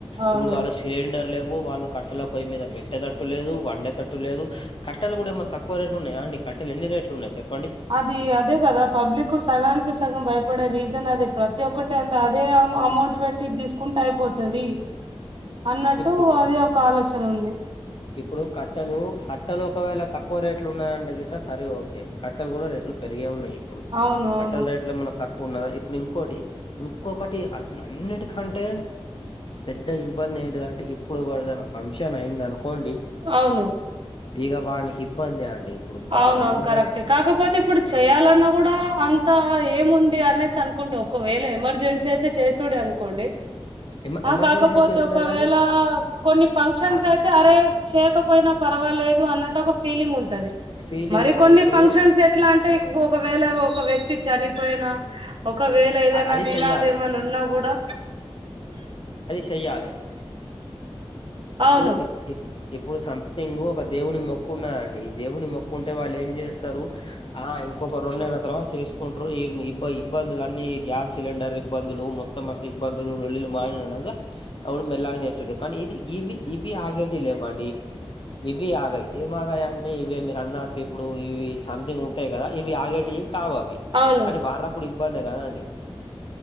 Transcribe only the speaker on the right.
అవును.
అది అదే కదా పబ్లిక్ సగానికి సగం భయపడే రీజన్ అది ప్రతి ఒక్కటి అంత అదే అమౌంట్ పెట్టి ఇది తీసుకుంటే అయిపోతది అన్నట్టు
అదే ఒక ఆలోచన ఉంది.
అవునవును.
అవును.
అవును అవును
కరెక్టే కాకపోతే ఇప్పుడు చేయాలన్నా కూడా అం త ఏముంది అనేసి అనుకోండి ఒకవేళ ఎమర్జెన్సీ అయితే చేసూడు అనుకోండి
ఆ
కాకపోతే
ఒకవేళ
కొన్ని ఫంక్షన్స్
అయితే అరే చే కపోయినా పర్వాలే దు అన్నట్టు ఒక ఫీలింగ్ ఉంటాది
మరి
కొన్ని
ఫంక్షన్స్ ఎట్లా అంటే ఒకవేళ ఒక ఒక వ్యక్తి చనిపోయినా ఒకవేళ ఏదైనా
తినాలి
ఏమన్నా ఉన్నా కూడా
అవును
అవును